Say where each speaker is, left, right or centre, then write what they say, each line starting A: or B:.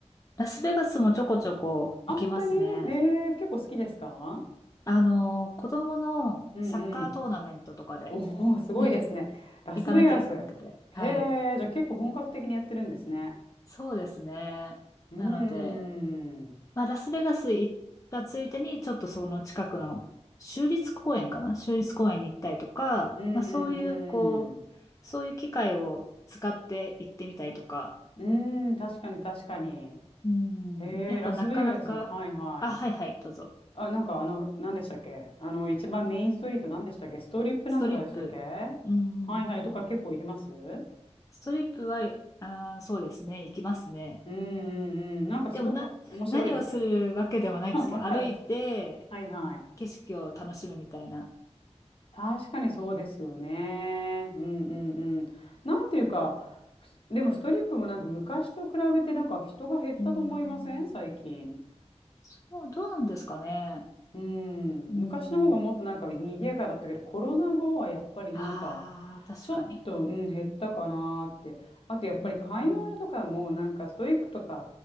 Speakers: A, on the left; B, on the left.
A: ラスベガスもちょこちょこ行きますね。
B: あ、本当にへえ、結構好きですか
A: あの、子供のサッカートーナメントとかで
B: うんうん。おお、すごいですね。
A: <laughs>
B: ラスベガス。
A: 行かなきゃいけなくて。
B: へえ、
A: はい。
B: じゃあ結構本格的にやってるんですね。
A: そうですね。
B: うーん。
A: なので、
B: うん
A: まあ、ラスベガス行ったついでに、ちょっとその近くの州立公園かな州立公園に行ったりとか、
B: うん
A: まあ、そういう、こう、
B: うん。
A: そういう機会を使って行ってみたりとか、
B: うーん、確かに確かに。
A: うん、
B: へえ、
A: やっぱなかなか、
B: ラスベガス。はいはい。
A: あ、はいはい、どうぞ。
B: あ、なんかあの、何でしたっけあの、一番メインストリート何でしたっけストリップなんとかでしたっけは
A: ストリップ。うん、
B: いはいとか結構行きますう
A: ストリップは、あー、そうですね、行きますね。
B: んうんうん。なんかすごい面白いですよね。
A: でもな、何をするわけではないんですけど、
B: <laughs> わからん。
A: 歩いて
B: はいはい。
A: 景色を楽しむみたいな。
B: 確かにそうですよね。うんうんうん。なんていうか、すでもストリップもなんか昔と比べてなんか人が減ったと思いません最近。
A: うん、そう、どうなんですかね。
B: うん。
A: うん。
B: 昔の方がもっとなんか賑やかだったけど、コロナ後はやっぱりなんか、
A: ああ、確かに。
B: ちょっと、うん、減ったかなーって。あとやっぱり買い物とかもなんかストリップとか
A: うん。